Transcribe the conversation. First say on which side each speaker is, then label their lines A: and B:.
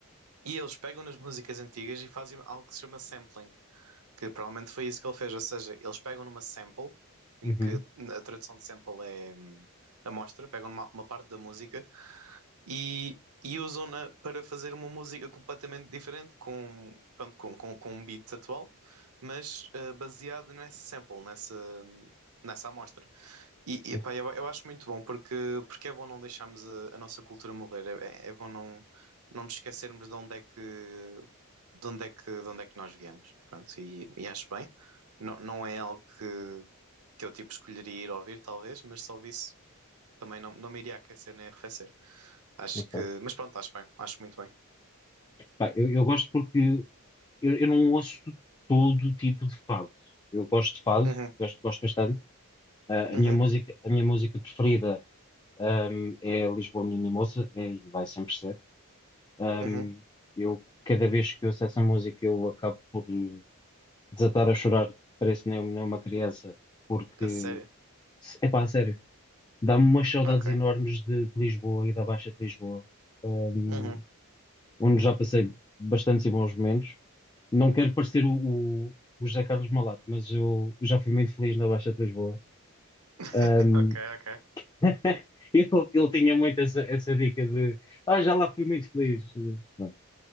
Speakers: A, on the right; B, on the left.
A: e eles pegam nas músicas antigas e fazem algo que se chama sampling que provavelmente foi isso que ele fez, ou seja, eles pegam numa sample, em
B: Uhum.
A: que a tradução de sample é hum, amostra, pegam numa, uma parte da música e, e usam-na para fazer uma música completamente diferente, com, pronto, com, com, com um beat atual, mas eh, baseado nessa sample, nessa, nessa amostra. E,
B: Sim.
A: e epá, eu, eu acho muito bom, porque, porque é bom não deixarmos a, a nossa cultura morrer, é, é é bom não, não nos esquecermos de onde é que de onde é que, de onde é que nós viemos, pronto, e, e acho bem. Não, não é algo que, que eu tipo escolheria ir ouvir, talvez, mas se ouvisse também não, não me iria aquecer nem arrefecer. Acho
B: Ok.
A: que, mas pronto, acho bem, acho muito bem.
B: Pá, eu, eu gosto porque eu, eu não ouço todo tipo de fado. Eu gosto de fado,
A: Uhum,
B: gosto, gosto bastante. Ah,
A: uhum,
B: a minha música, a minha música preferida, ahm, é Lisboa Menina e Moça, é, e vai sempre ser. Ahm,
A: uhum.
B: eu, cada vez que ouço essa música, eu acabo por desatar a chorar, parece nem, nem uma criança, porque,
A: A sério,
B: é pá, sério, dá-me umas saudades
A: ok,
B: enormes de, de Lisboa e da Baixa de Lisboa, ahm,
A: uhum.
B: onde já passei bastantes e bons momentos. não quero parecer o, o, o José Carlos Malato, mas eu, já fui muito feliz na Baixa de Lisboa.
A: <laughs>
B: Ahm,
A: Ok, ok,
B: <laughs> ele, ele tinha muito essa, essa dica de ah, já lá fui muito feliz. E, pronto.